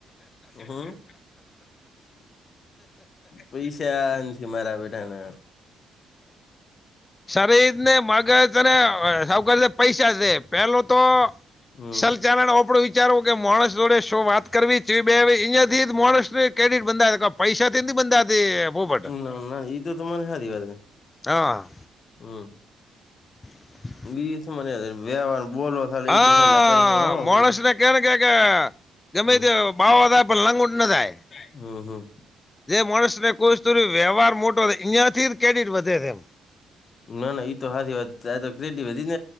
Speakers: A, on the left; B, on the left.
A: હમ્મ પૈસા મારા બેટાને
B: શરીર ને મગજ અને સવ કર પૈસા છે પેલું તો
A: હમ
B: સલચારના ઓપડું વિચારવું કે મોણસ જોડે શું વાત કરવી ચ બે અહીંયા થી મોરાષ્ટ્ર એક કેરીટ બંધા યોથા પૈસાથી નથી બંધાથી પોપટ
A: ના ના ઈ તો તમારે હારી વાત હે.
B: હા
A: હમ્મ
B: <inaudible>
A: બીછે મને વેવાર બોલો થાલે
B: હા
A: ઈ તો થાય નકર હો
B: મોણશના
A: પછી
B: કેના કાકા ગમે
A: હમ
B: તે ભાવ ઓછા પણ લાગુંઠ ના થાય
A: હમ્મ હમ્મ
B: જે મોણસ ને કોસ તુરી વ્યવહાર મોટો અહિયાયાથી કેડીટ વધે તેમ
A: ના ના ઈતો હાચી વાત ત્યાંતો ક્રેડ વધી જ